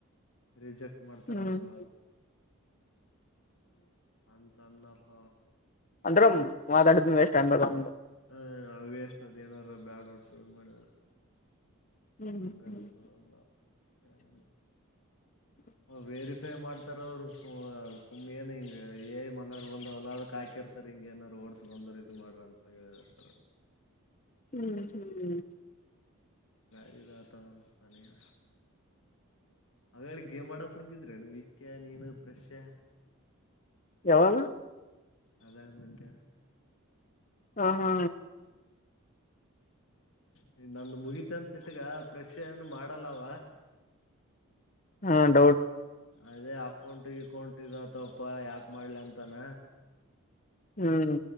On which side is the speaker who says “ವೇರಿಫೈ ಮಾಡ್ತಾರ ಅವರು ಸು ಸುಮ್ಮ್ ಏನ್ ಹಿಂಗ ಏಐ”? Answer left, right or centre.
Left